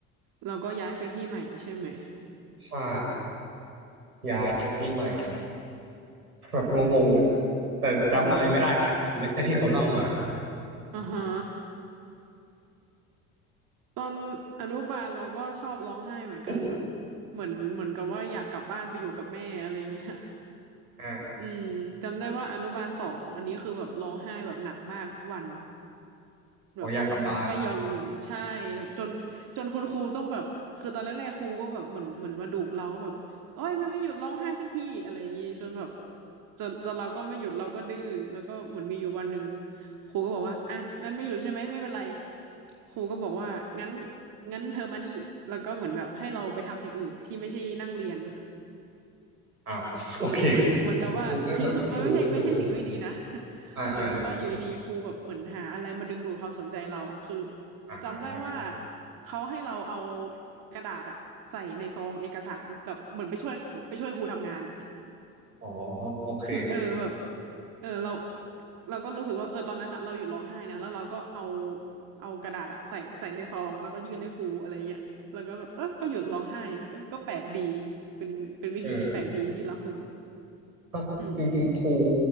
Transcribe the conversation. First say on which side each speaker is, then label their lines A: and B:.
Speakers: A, on the right; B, on the right.
A: เราก็ย้ายไปที่ใหม่ใช่ไหม
B: ใช่ย้ายไปที่ใหม่ แบบงงๆอ่ะแต่จำอะไรไม่ได้นะจำได้แค่ที่เขาเล่ามา
A: อ๋ออ่าฮะตอนอนุบาลเราก็ชอบร้องไห้เหมือนกันแบบ
B: อม
A: เหมือนเหมือนกับว่าอยากกลับบ้านไปอยู่กับแม่อะไรเงี้ย
B: อ่า
A: อืมจำได้ว่าอนุบาลสองอันนี้คือแบบร้องไห้แบบหนักมากทุกวัน
B: ขออยากกลับบ้าน
A: แบบ <laughs> ไม่ไม่ยอมอยู่ใช่แบบจนจนคุณครูต้องแบบคือตอนแรกๆครูก็แบบเหมือนเหมือนมาดุเราแบบโอ้ยมันไม่หยุดร้องไห้สักทีอะไรอย่างงี้จนแบบจนจนเราก็ไม่หยุดเราก็ดื้อแล้วก็เหมือนมีอยู่วันหนึ่งครูก็บอกว่าอ่ะงั้นไม่หยุดใช่ไหมไม่เป็นไรครูก็บอกว่างั้นงั้นเธอมานี่แล้วก็เหมือนแบบให้เราไปทำอย่างอื่นที่ไม่ใช่นั่งเรียน
B: อ้าว <laughs> โอเค
A: เหมือนเหมือนเหมือนกับว่าคือคือมันไม่ใช่ไม่ใช่สิ่งไม่ดีนะ
B: ผมกูก็แบบจูงจูง
A: <laughs>
B: อ่าอ่า
A: มันเหมือนกับว่าอยู่ดีๆครูแบบเหมือนหาอะไรมาดึงดูดความสนใจเราคือ
B: อ่าอ่า
A: จำได้ว่าเขาให้เราเอากระดาษอะใส่ในซองเอกสารแบบเหมือนไปช่วยไปช่วยครูทำงานอะ
B: อ๋อโอเค
A: เออแบบเออเราเราก็รู้สึกว่าเออตอนนั้นอะเราหยุดร้องไห้นะแล้วเราก็เอาเอากระดาษอะใส่ใส่ในซองแล้วก็ยื่นให้ครูอะไรเงี้ยแล้วก็แบบเออก็หยุดร้องไห้ก็ก็แปลกดีเป็นเป็นวิธีที่แปลกดีที่รับมือ
B: เออก็จริงๆครู
A: อืม